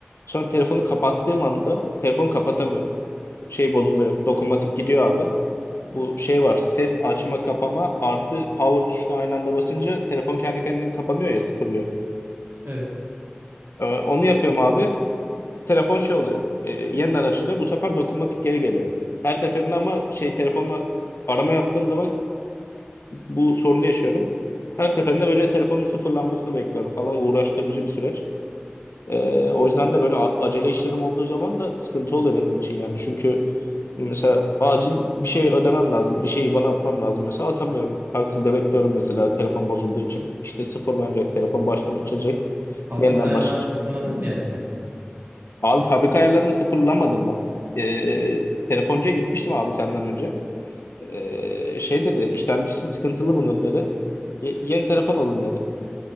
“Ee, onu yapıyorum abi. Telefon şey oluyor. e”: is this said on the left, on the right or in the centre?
Left